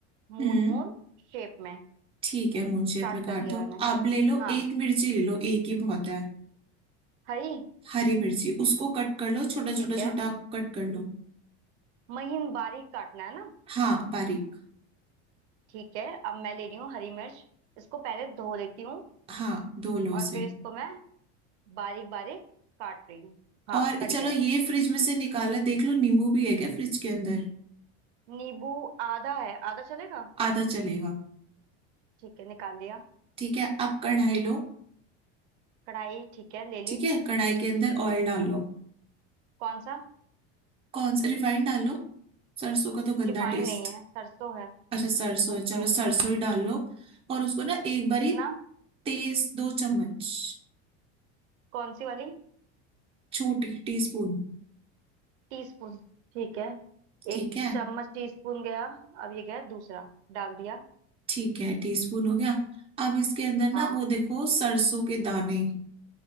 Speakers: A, on the right; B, on the right.
A: मून
B: हम्म
A: मून शेप में
B: ठीक है मून शेप
A: स्टार्ट
B: में काट
A: कर दिया
B: दो
A: मैंने
B: अब ले लो
A: हाँ
B: एक मिर्ची ले लो एक ही बहुत है
A: हरी
B: हरी मिर्ची उसको कट कर लो छोटा
A: ठीक
B: छोटा
A: है
B: छोटा कट कर लो
A: महीन बारीक काटना है ना
B: हाँ बारीक
A: ठीक है अब मैं ले रही हूँ हरी मिर्च इसको पहले धो लेती हूँ
B: हाँ धो लो
A: और
B: इसे
A: फिर इसको मैं बारीक बारीक काट रही हूँ हाँ
B: और
A: कट
B: चलो
A: गया
B: ये फ्रिज में से निकाला देख लो नींबू भी है क्या फ्रिज के अंदर
A: नींबू आधा है आधा चलेगा
B: आधा चलेगा
A: ठीक है निकाल लिया
B: ठीक है अब कढ़ाई लो
A: कढ़ाई ठीक है ले ली
B: ठीक है कढ़ाई के अंदर ऑयल डाल लो
A: कौन सा
B: कौन सा रिफाइंड डाल लो सरसों का तो गंदा
A: रिफाइंड
B: टेस्ट
A: नहीं है सरसों है
B: अच्छा सरसों
A: सरसों
B: है चलो
A: है
B: सरसों ही डाल लो और उसको ना एक बारी
A: कितना
B: तेज दो चम्मच
A: कौन सी वाली
B: छोटी टीस्पून
A: टीस्पून ठीक है
B: ठीक
A: एक
B: है
A: चम्मच टीस्पून गया अब ये गया दूसरा डाल दिया
B: ठीक है टीस्पून हो गया अब इसके अंदर ना
A: हाँ
B: वो देखो सरसों के दाने